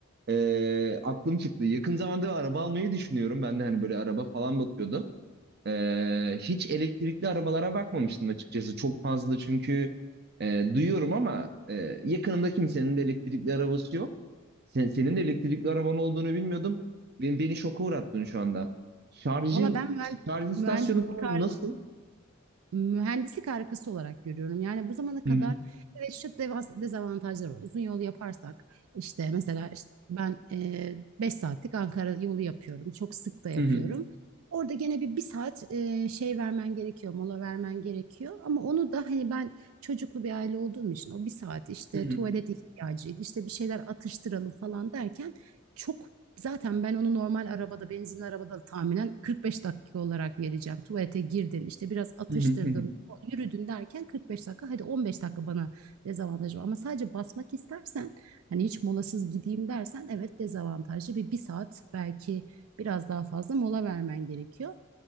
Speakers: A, on the right (about 50°); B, on the right (about 80°).
A: e, aklım çıktı. Yakın zamanda araba almayı düşünüyorum. Ben de hani böyle araba falan bakıyordum. Ee, hiç elektrikli arabalara bakmamıştım açıkçası. Çok fazla çünkü e, duyuyorum ama e, yakınımda kimsenin de elektrikli arabası yok. Sen, senin de elektrikli araban olduğunu bilmiyordum. Beni, beni şoka uğrattın şu anda. Şarjı,
B: Valla ben mühend-
A: şarj istasyonu
B: mühendislik
A: falan nasıl?
B: mühendislik harikası olarak görüyorum. Yani bu zamana kadar
A: Hı hı,
B: evet şu deva- dezavantajlar var. Uzun yolu yaparsak işte mesela işte ben 5 saatlik Ankara yolu yapıyorum. Çok sık da yapıyorum.
A: hı hı,
B: Orada gene bir, bir saat e, şey vermen gerekiyor, mola vermen gerekiyor. Ama onu da hani ben çocuklu bir aile olduğum için o bir saat işte
A: hı hı,
B: tuvalet ihtiyacıydı, işte bir şeyler atıştıralım falan derken çok Zaten ben onu normal arabada, benzinli arabada da tahminen 45 dakika olarak vereceğim. Tuvalete girdin, işte biraz atıştırdın,
A: hı hı, hı hı,
B: yürüdün derken 45 dakika. Hadi 15 dakika bana dezavantajı var. Ama sadece basmak istersen, hani hiç molasız gideyim dersen evet dezavantajlı. Bir, bir saat belki biraz daha fazla mola vermen gerekiyor.